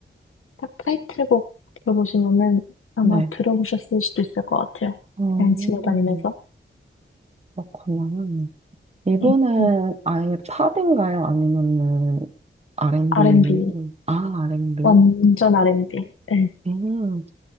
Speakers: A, on the left; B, on the right.
A: 딱 타이틀곡 들어보시면은 아마
B: 네.
A: 들어보셨을 수도 있을 것 같아요.
B: 어,
A: 그냥 지나다니면서
B: 그렇구나. 이번은
A: 네, 음,
B: 아예 팝인가요? 아니면은 R&B?
A: R&B
B: 아, R&B.
A: 완전 R&B. 네.
B: 음,